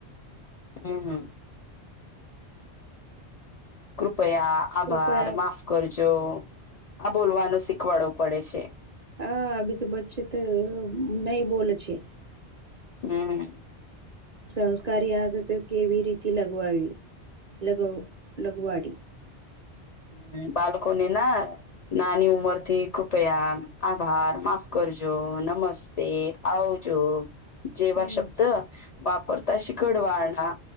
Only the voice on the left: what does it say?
હમ હા. કૃપયા આભાર
માફ કરજો આ બોલવાનું શીખવાડો પડે છે.
હમ.
હ બાલ્કની ના નાની ઉંમર થી, કૃપયા આભાર માફ કરજો નમસ્. તે આવજો જેવા
શબ્દ વાપરતા શિકડવાના